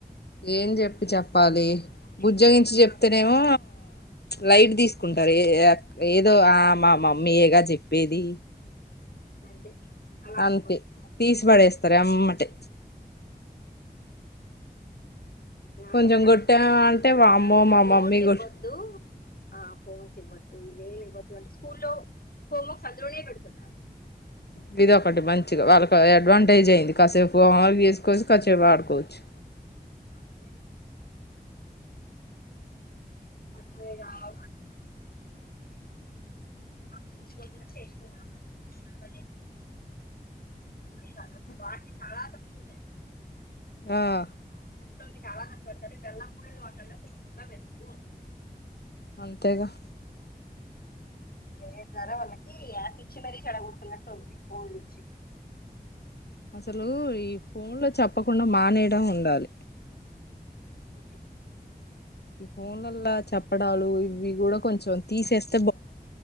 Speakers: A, on the left; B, on the left.
A: ఏం చెప్పి చెప్పాలి
B: ఓన్లీ
A: బుజ్జోగించి
B: పుస్తకాలు
A: చెప్తేనేమో
B: ఇవ్వాలి
A: లైట్ తీసుకుం టర్ ఎ ఏయాక్ ఏదో ఆ మా మమ్మీ ఏగా చెప్పేది
B: అంతే అలా
A: అంతే
B: అనుకుంటున్నారు
A: తీసిబడేస్తారు ఎమ్మటే
B: నాక్
A: కొంచెం
B: అయితే అన్ప్పిచ్చే
A: కొట్టా అంటే
B: ఒకోకసారి
A: వామ్మో మా
B: ఫోన్లుయివ్వద్దు
A: మమ్మీ కొట్
B: ఆ ఫోన్స్ ఇవ్వద్దు ఇవేమి ఇవ్వద్దు అంటే స్కూల్లో హోమ్వర్క్స్ అందులోనే పెడుతున్నారు
A: హ ఇది ఒకటి మంచిగా వాళ్ళకి అడ్వాంటేజ్ అయింది కాసేపుమ చేసుకోని కాసేపు ఆడుకోవచ్చు
B: అంతే అ ఆ చుస్కొని పోయి చేస్తున్నారు అని కాదు
A: అ
B: వాటిని చాలా తక్కువ
A: ఆహ్
B: లో చాలా కష్టపడతారు వెళ్ళ కూడా వాటి ఎక్కువగా వెళ్తూ ఉంటాయి
A: అంతేగా
B: సరతున్నారా వాళ్ళకి యాప్ ఇచ్చి మరీ చెడగడుతున్నట్టు ఉంది ఫోన్లిచ్చి
A: అసలు ఈ ఫోన్లో చెప్పకుండా మానేయడం ఉండాలి
B: ఉమ్
A: ఈ ఫోన్లల్లా చెప్పడాలు ఇవ్వీ కూడా కొంచం తీసేస్